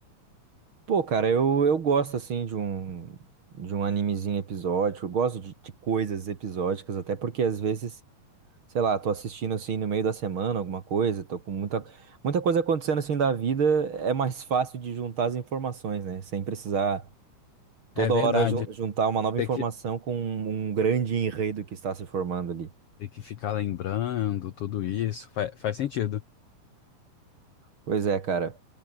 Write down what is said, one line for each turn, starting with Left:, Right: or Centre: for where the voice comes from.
Right: Pô, cara, eu, eu gosto assim de um de um animezinho episódico, eu gosto de, de coisas episódicas, até porque às vezes sei lá, tô assistindo assim no meio da semana alguma coisa, tô com muita, muita coisa acontecendo assim da vida, é mais fácil de juntar as informações, né? Sem precisar toda
Left: É verdade.
Right: hora ju- juntar uma nova
Left: Tem
Right: informação
Left: que,
Right: com um grande enredo que está se formando ali.
Left: tem que ficar lembrando tudo isso. Fa- faz sentido.
Right: Pois é, cara.